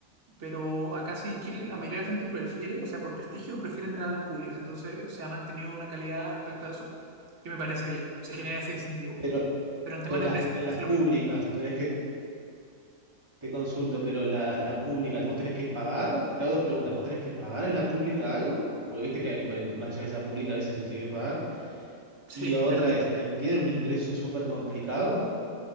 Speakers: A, on the right; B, on the right.
A: Pero acá sí en Chile la mayoría de la gente prefiere, o sea, por prestigio, prefiere entrar a las públicas. Entonces, se ha mantenido una calidad respecto a eso que me parece bien, se genera ese incentivo.
B: pero,
A: Pero en temas
B: pero
A: de
B: las,
A: precios
B: en
A: es casi
B: las públicas,
A: lo mismo.
B: tenés que, te consulto, pero la, la pública, ¿vos tenés que pagar? Te hago dos preguntas, ¿vos tenés que pagar en la pública algo? Porque viste que hay, en- más allá que sea pública, a veces se tiene que pagar.
A: Sí,
B: y otra
A: verdad.
B: es, ten- tienen un ingreso súper complicado.